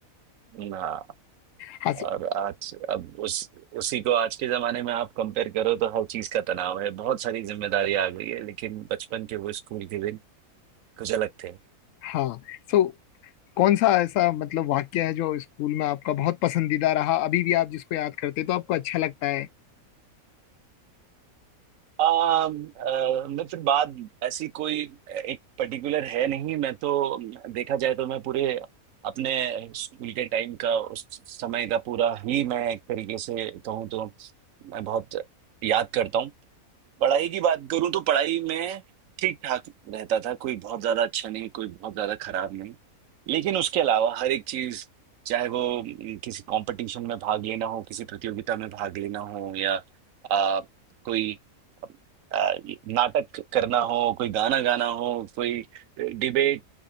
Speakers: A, on the right (about 65°); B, on the left (about 70°).
A: हाँ
B: हाँ सो
A: और आज अब उस उसी को आज के जमाने में आप कंपेयर करो तो हर चीज का तनाव है बहुत सारी जिम्मेदारी आ गई है लेकिन बचपन के वो स्कूल के दिन कुछ अलग थे
B: हाँ सो कौन सा ऐसा मतलब वाक्य है जो स्कूल में आपका बहुत पसंदीदा रहा अभी भी आप जिसको याद करते हैं तो आपको अच्छा लगता है
A: आ, मित्र बात ऐसी कोई एक पर्टिकुलर है नहीं मैं तो देखा जाए तो मैं पूरे अपने स्कूल के टाइम का उस समय का पूरा ही मैं एक तरीके से कहूँ तो मैं बहुत याद करता हूँ पढ़ाई की बात करूं तो पढ़ाई में ठीक ठाक रहता था कोई बहुत ज्यादा अच्छा नहीं कोई बहुत ज्यादा खराब नहीं लेकिन उसके अलावा हर एक चीज चाहे वो म, किसी कंपटीशन में भाग लेना हो किसी प्रतियोगिता में भाग लेना हो या आ, कोई आ, नाटक करना हो कोई गाना गाना हो कोई डिबेट